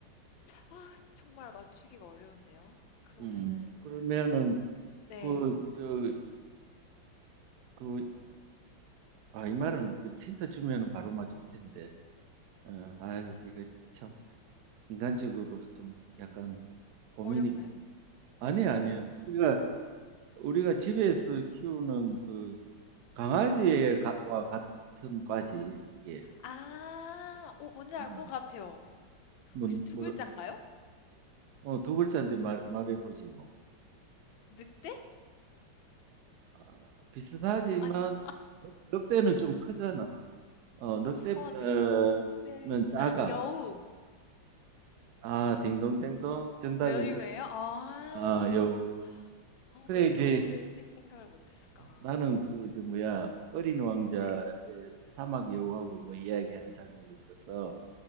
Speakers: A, on the left (about 75°); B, on the right (about 75°).
A: 아, 정말 맞추기가 어려운데요. 그러면은,
B: 음. 그러면은
A: 네,
B: 그 저 그 아 이 말은 그 친다 주면은 바로 맞을 텐데. 어, 아유 이거 참 인간적으로 좀 약간 고민이
A: 어렵나요?
B: 돼. 아니 아니야. 우리가 우리가 집에서 키우는 그 강아지와 같은 과지 이게
A: 아, 어, 뭔지 알
B: 어,
A: 것 같아요.
B: 뭐,
A: 혹시 두
B: 뭐,
A: 글자인가요?
B: 어, 두 글자인데 말, 말해보지 뭐
A: 늑대?
B: 아, 비슷하지만
A: 아니,
B: 늑- 늑대는 좀 크잖아 어, 늑대보다는
A: 어, 늑, 늑대,
B: 작아
A: 아, 여우.
B: 아 딩동댕동 정답이네
A: 메뉴예요? 아.
B: 아 여우
A: 아
B: 그래
A: 왜
B: 이제
A: 여우를 일찍 생각을 못 했을까?
B: 나는 그 저 뭐야 어린 왕자의
A: 네.
B: 사막 여우하고 뭐 이야기하는 장면이 있어서